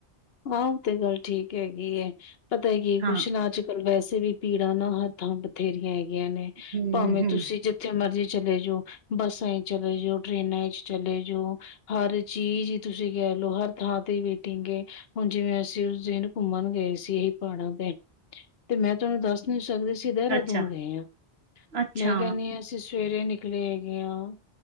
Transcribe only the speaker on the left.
ਆ ਤੇ ਗੱਲ ਠੀਕ ਹੈਗੀ ਐ। ਪਤਾ ਕੀ
ਕੁੱਛ ਨਾ ਅੱਜ ਕੱਲ੍ਹ ਵੈਸੇ- ਕਿਸੇ ਵੀ ਭੀੜਾਂ ਨਾ ਹਰ ਥਾਂ ਬਥੇਰੀਆਂ ਐ। ਗੀਆਂ ਨੇ
ਭਾਵੇਂ
ਤੁਸੀਂ ਜਿੱਥੇ ਮਰਜ਼ੀ- ਚਲੇ ਜਾਓ ।ਬੱਸਾਂ ਚ ਚਲੇ ਜਾਓ, ਟ੍ਰੇਨਾਂ ਚ ਚਲੇ ਜਾਓ। ਹਰ ਚੀਜ਼ ਈ ਤੁਸੀਂ ਕਹਿ ਲਓ ਹਰ ਥਾਂ ਤੇ ਵੇਟਿੰਗ ਏ। ਹੁਣ ਜਿਵੇਂ ਅਸੀਂ ਉਸ ਦਿਨ ਘੁੰਮਣ ਗਏ ਸੀ ਇ ਪਾੜਾਂ ਤੇ। ਤੇ ਮੈਂ ਤਾਨੂੰ ਦੱਸ ਨੀ- ਸਕਦੀ ਸੀ ਦੇਰਾਦੂਨ
ਗਏ ਆ।
ਮੈਂ ਕੈਣੀ ਆ ਅਸੀਂ- ਸਵੇਰੇ ਨਿਕਲੇ ਹੈਗੇ ਆ-